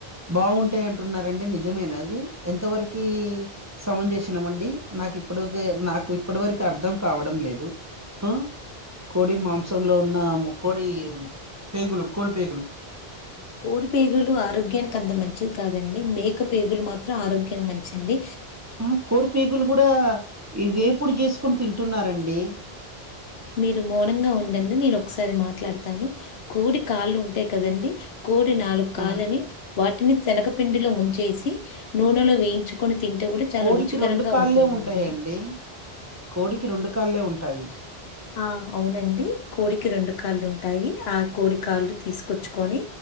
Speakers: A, on the right; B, on the left.
A: బాగుంటాయి అంటున్నారండి నిజమేన అది ఎం ఇంతవరకి సమం చేసినాం అండి నాకు ఇప్పుడు నాకు ఇప్పటి వరకు అర్థం కావడం లేదు ఆ కోడి మాంసంలో ఉన్న కోడి పేగులు కోడి పేగులు
B: పోడి పేగులు ఆరోగ్యానికి అంత మంచిది కాదండి మేక పేగులు మాత్రం ఆరోగ్యానికి మంచండి
A: ఆ కోడి పేగులు కూడా ఈ వేపుడు చేసుకొని తింటున్నారండి
B: మీరు మౌనంగా ఉండండి నేను ఒకసారి మాట్లాడతాను కోడి కాళ్ళు ఉంటాయి కదండి కోడి నాలుగు కాళ్ళని
A: ఆ!
B: వాటిని శనగపిండిలో ముంచేసి నూనెలో వేయించుకొని తింటే కూడా చాల
A: కోడికి
B: రుచికరంగ
A: కాళ్ళే
B: ఉంటుందండి
A: ఉంటాయండి. కోడికి కాళ్ళే ఉంటాయి.
B: ఆ! అవునండి. కోడికి రెండు కాళ్ళు ఉంటాయి ఆ కోడి కాళ్లు తీసుకొచ్చుకొని